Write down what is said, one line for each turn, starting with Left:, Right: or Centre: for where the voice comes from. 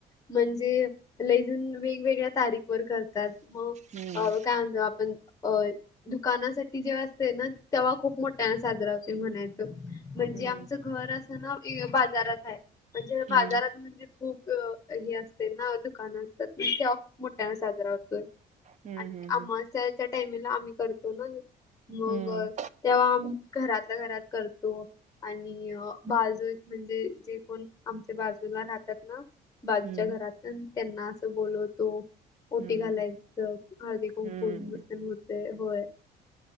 Left: म्हणजे लई जण वेगवेगळ्या तारीख वर करतात मग
Right: हम्म
Left: अ काय म्हणतो आपण अ दुकानासाठी जेव्हा असते ना तेव्हा खूप मोठ्या साजरा होते म्हणायचं म्हणजे
Right: हम्म
Left: आमचं घर असं ना बाजारात आहे म्हणजे
Right: हम्म
Left: बाजारात
Right: हम्म
Left: म्हणजे खूप अ हे असते ना दुकानं असतात ते ह खूप मोठ्याना साजरा होतोय
Right: हम्म
Left: आणि
Right: हम्म.
Left: अमास्याच्या टाईमला आम्ही करतो ना. मग
Right: हम्म
Left: तेव्हा घरातल्या घरात करतो आणि बाजू म्हणजे जे कोण आमच्या बाजूला राहतात ना बाजूच्या
Right: हम्म
Left: घरात त्यांना असं बोलवतो, ओटी
Right: हम्म
Left: घालायचं, हळदीकुंकू
Right: हम्म
Left: <inaudible> ते होय!